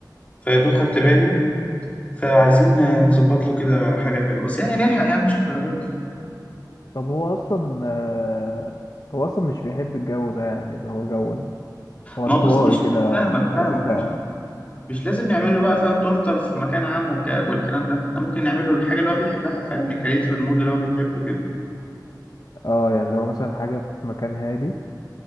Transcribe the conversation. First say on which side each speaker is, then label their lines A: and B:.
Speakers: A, on the left (about 20°); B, on the left (about 55°).
A: فيا دوب خدت بالي فعايزين نظبط له كده حاجة حلوة بس يعني نلحق يعني مش للدرجة دي
B: طب هو أصلا آه، هو أصلا مش بيحب الجو ده يعني اللي هو جو ال- هو
A: ما
B: انطوائي
A: هو بص مش
B: كده
A: فاهمك فاهمك
B: عارف أنت
A: مش مش لازم نعمل له بقى فاهم تورتة في مكان عام والك- والكلام ده احنا ممكن نعمل له الحاجة اللي هو بيحبها فاهم نكريت له المود اللي هو بيحبه كده
B: أه يعني لو مثلا حاجة في مكان هادي